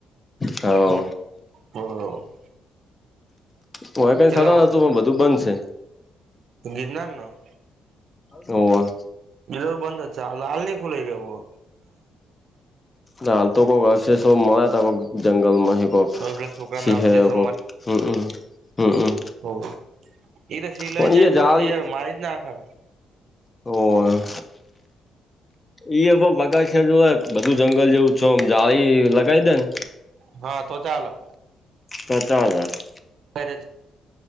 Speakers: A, on the left; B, on the right.
A: હોવ
B: હ
A: હવે કઈ
B: કેટલા
A: સાર નતું
B: વાપરો
A: પણ બધું બંધ છે?
B: ગિરનાર નું?
A: ઓ
B: બીજ બંધ જ છે, હાલ હાલ નઈ ખુલાઈ રહ્યોવ
A: હાલ તો કોઈક હશે સૌ મળ્યા ત કોઈક જંગલમાંહી કોઈક
B: હવે પેલા છોકરા
A: સીહ
B: ના અવશેષો
A: ક હમમ હમમ
B: હો તો સિલાઈ
A: પણ
B: જાય
A: એ જાળી
B: પછી યાર મારી જ નાખા
A: ઓ! એ એ પણ પગા ખ જો બધું જંગલ જેવું છમ જાળી લગાવી દેને?
B: હા તો ચાલે.
A: પચવાલા <inaudible>
B: ક <inaudible>